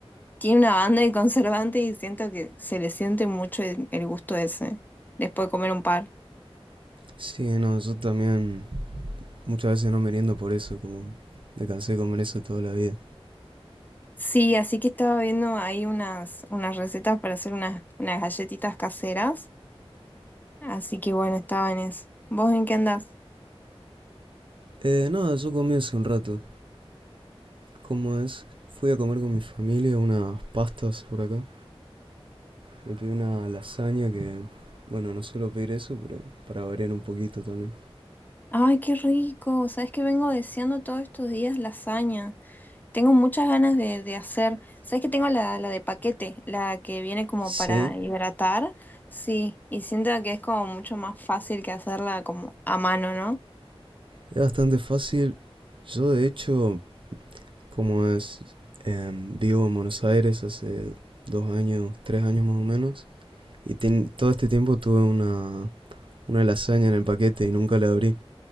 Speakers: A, on the left; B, on the right.
A: tiene una banda de conservante y siento que se le siente mucho el el gusto ese después de comer un par.
B: Sí, no, yo también muchas veces no meriendo por eso, como me cansé de comer eso toda la vida.
A: Sí, así que estaba viendo ahí unas, unas recetas para hacer unas, unas galletitas caseras. Así que bueno, estaba en eso. ¿Vos en qué andás?
B: Eh, nada, yo comí hace un rato. ¿Cómo es? Fui a comer con mi familia unas pastas por acá. Me pedí una lasaña que, bueno, no suelo pedir eso, pero para variar un poquito también.
A: Ay, qué rico. Sabes que vengo deseando todos estos días lasaña. Tengo muchas ganas de, de hacer. Sabes que tengo la, la de paquete, la que viene como
B: Sí,
A: para hidratar. Sí, y siento que es como mucho más fácil que hacerla como a mano, ¿no?
B: es bastante fácil. Yo, de hecho, como es, em, vivo en Buenos Aires hace dos años, tres años más o menos. Y ten- todo este tiempo tuve una una lasaña en el paquete y nunca la abrí.